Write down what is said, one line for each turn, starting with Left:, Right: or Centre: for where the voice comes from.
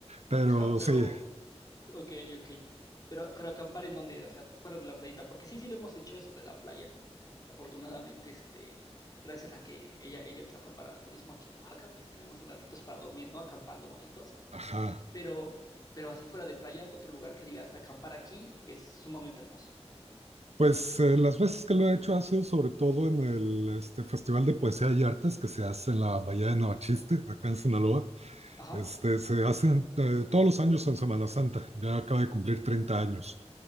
Right: pero
Left: <laughs> pero,
Right: sí,
Left: ok, ok. Pero, pero acampar en donde, o sea, fuera de la playita, porque sí, sí lo hemos hecho eso de la playa. Afortunadamente, este, gracias a que ella, ella trabaja para turismo aquí en Oaxaca, pues tenemos lugarcitos para dormir, ¿no? Acampando bonitos.
Right: ajá.
Left: Pero, pero así fuera de playa, otro lugar que digas, acampar aquí es sumamente hermoso.
Right: Pues eh, las veces que lo he hecho ha sido sobre todo en el este, Festival de Poesía y Artes que se hace en la Bahía de Navachiste, acá en Sinaloa.
Left: Ajá.
Right: Este, se hacen eh, todos los años en Semana Santa, ya acaba de cumplir 30 años.